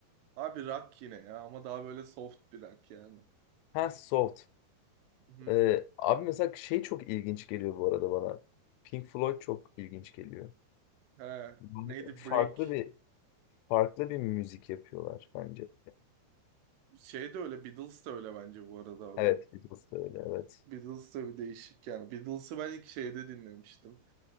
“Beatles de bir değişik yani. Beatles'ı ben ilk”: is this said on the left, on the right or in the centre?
Right